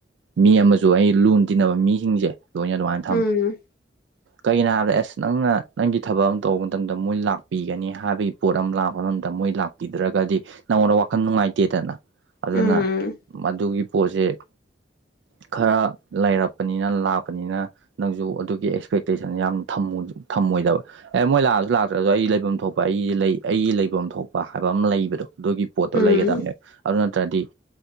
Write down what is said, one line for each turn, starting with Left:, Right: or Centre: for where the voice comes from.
Right: ꯃꯤ ꯑꯃꯁꯨ ꯑꯩ ꯂꯣꯟ ꯇꯤꯟꯅꯕ ꯃꯤꯁꯤꯡꯁꯦ ꯂꯣꯏꯅ ꯑꯗꯨꯃꯥꯏꯅ
Left: ꯎꯝ
Right: ꯊꯝ ꯀꯩꯒꯤꯅꯣ ꯍꯥꯏꯕꯗ ꯑꯦꯁ ꯅꯪꯅ ꯅꯪꯒꯤ ꯊꯕꯛ ꯑꯃ ꯇꯧꯕ ꯃꯇꯝꯗ ꯃꯣꯏ ꯂꯥꯛꯄꯤꯒꯅꯤ ꯍꯥꯏꯕꯒꯤ ꯄꯣꯠ ꯑꯃ ꯂꯥꯛꯄ ꯃꯇꯝꯗ ꯃꯣꯏ ꯂꯥꯛꯄꯤꯗ꯭ꯔꯒꯗꯤ ꯅꯪꯉꯣꯟꯗ ꯋꯥꯈꯜ ꯅꯨꯡꯉꯥꯏꯇꯦꯗꯅ ꯑꯗꯨꯅ
Left: ꯎꯝ
Right: ꯑꯗꯨꯒꯤ ꯄꯣꯠꯁꯦ ꯈꯔ ꯂꯩꯔꯛꯄꯅꯤꯅ ꯂꯥꯛꯄꯅꯤꯅ ꯅꯪꯁꯨ ꯑꯗꯨꯒꯤ ꯑꯦꯛꯁꯄꯦꯛꯇꯦꯁꯟ ꯌꯥꯝꯅ ꯊꯝꯃꯣꯏꯗꯕ ꯑꯦ ꯃꯣꯏ ꯂꯥꯛꯑꯁꯨ ꯂꯥꯛꯇ꯭ꯔꯁꯨ ꯑꯩ ꯂꯩꯐꯝ ꯊꯣꯛꯄ ꯑꯩꯁ ꯂꯩ ꯑꯩꯒꯤ ꯂꯩꯐꯝ ꯊꯣꯛꯄ ꯍꯥꯏꯕ ꯑꯃ ꯂꯩꯕꯗꯣ ꯑꯗꯨꯒꯤ ꯄꯣꯠꯇꯣ
Left: ꯎꯝ
Right: ꯂꯩꯒꯗꯕꯅꯦꯕ ꯑꯗꯨ ꯅꯠꯇ꯭ꯔꯗꯤ